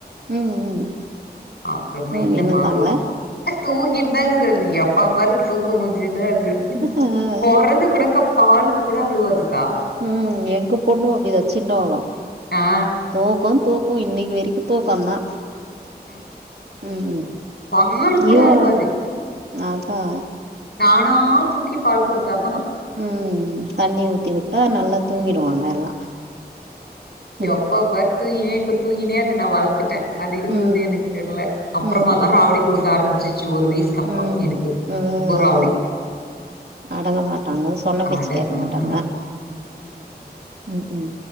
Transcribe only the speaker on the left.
அப்பறமா
இல்ல மாவு அ தூக்கின்னுதாருக்கது அது எப்பா பாரு தூக்கு முஞ்சுதா அது
பொறந்து கூடக்க பாலுக்கு கூட அழுவாதுக்கா
ஆ
ம்
பாலுக்கு கூட
அழுவாது
நானா தூக்கி பால் கொடுத்தாதா
எப்பா பார் தூங்கினே இறுக் தூங்கினே இருக் நா வள்த்துட்டே அது இருகுருது
எனக்கு தெர்ல அப்புறமா
தா ராவடி கொடுக்க ஆரம்பிச் ஞ்சு ஒரு வயசுக்கு அப்புறோ
எனக்கு ரொம்ப ராவுடி
அட
அ அ ம்